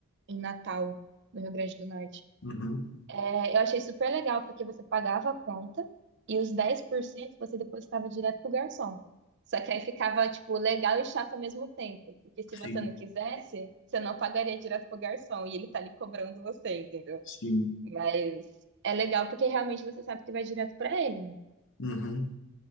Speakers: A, on the right; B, on the left.
A: em Natal, no Rio Grande do Norte.
B: Uhum,
A: É, eu achei super legal, porque você pagava a conta e os 10% você depositava direto pro garçom. Só que aí ficava, tipo, legal e chato ao mesmo tempo. Porque se você
B: sim,
A: não quisesse, você não pagaria direto pro garçom e ele tá ali cobrando você, entendeu?
B: sim.
A: Mas é legal porque realmente você sabe que vai direto pra ele, né?
B: Uhum.